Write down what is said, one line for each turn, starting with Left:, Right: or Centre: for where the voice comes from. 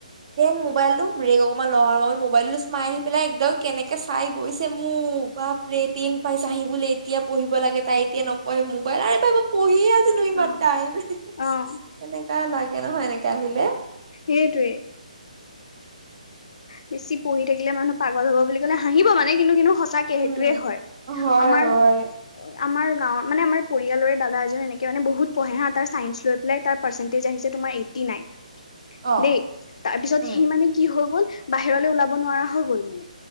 Right: দেন মোবাইলটো বেৰেক অকনমান লওঁ আৰু মোবাইলটো চে মাই আহি পেলাই একদম কেনেকে চাই গৈছে মোক বাপৰে তিন পাইচা আহিবলৈ এতিয়া পঢ়িব লাগে তাইত এতিয়া নপয়ে মোবাইল, আৰু পঢ়িয়ে বো ইমান
Left: অ',
Right: টাইম,
Left: অ',
Right: সেনেকা লাইফ তে নহয় এনেকে আহিলে
Left: সেইটোৱেইে। বেছি পঢ়ি থাকিলে মানুহ পাগল হ'ব বুলি ক'লে হাঁহিব মানে কিন্তু কিন্তু সঁচাকে সেইটোয়ে
Right: উম,
Left: হয়।
Right: হয়-হয়।
Left: আমাৰ আমাৰ গাঁৱৰ, মানে আমাৰ পৰিালৰে দাদা এজন এনেকে মানে বহুত পঢ়ে হা, তাৰ ছাইন্স লৈ পেলাই তাৰ পাৰ্চেন্টেজ আহিছে তোমাৰ এইটি নাইন
Right: অ',
Left: দেই, তাৰপিছত
Right: উম,
Left: সি মানে হৈ গ'ল বাহিৰলৈ ওলাব নোৱাৰা হৈ গ'ল মানে